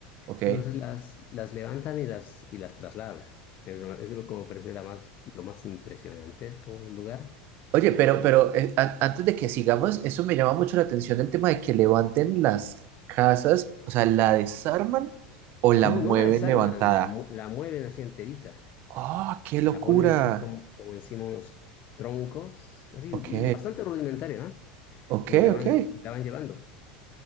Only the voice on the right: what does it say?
Ok.
Oye, pero, pero eh, an- antes de que sigamos, eso me llama mucho la atención el tema de que levanten las casas, o sea, la desarman o la
mueven
levantada.
¡Oh, qué locura!
Ok,
ok,
ok.